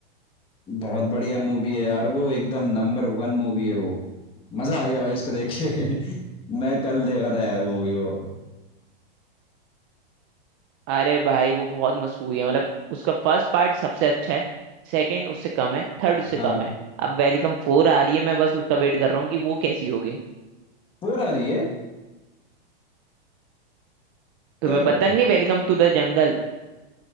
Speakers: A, on the left (about 15°); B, on the right (about 25°).
A: बहुत बढ़िया मूवी है यार वो एकदम नंबर वन मूवी है वो मजा आ गया भाई उसको देख के <laughs> मैं कल देखा था यार मूवी वो
B: अरे भाई वो बहुत मशहूर है मतलब उसका फर्स्ट पार्ट सबसे अच्छा है सेकंड उससे कम है थर्ड उससे
A: हाँ
B: कम है अब वेलकम फोर आ रही है मैं बस उसका वेट कर रहा हूँ कि वो कैसी होगी
A: फोर आ रही है
B: तुम्हें
A: कब
B: पता नहीं वेलकम टू द जंगल